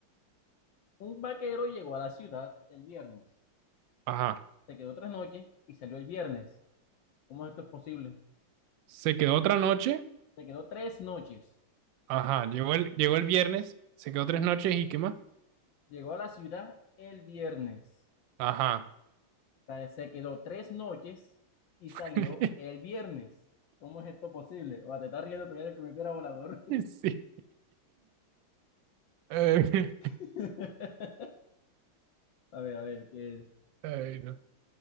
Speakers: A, on the left; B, on the right.
A: Un vaquero llegó a la ciudad el viernes.
B: Ajá.
A: Se quedó tres noches y salió el viernes. ¿Cómo esto es posible?
B: Se quedó otra noche.
A: Se quedó tres noches.
B: Ajá. Llegó el, llegó el viernes. Se quedó tres noches y ¿qué más?
A: Llegó a la ciudad el viernes.
B: Ajá.
A: O sea, se quedó tres noches y
B: <laughs>
A: salió el viernes. ¿Cómo es esto posible? O sea, te estás riendo todavía de que me piedra volador.
B: Sí. Ay,
A: <laughs> A ver, a ver, ¿qué?
B: ay, no.